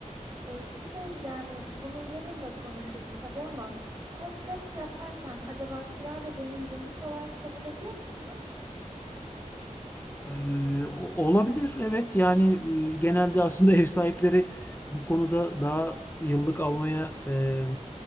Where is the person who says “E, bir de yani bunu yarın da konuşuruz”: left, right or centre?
Right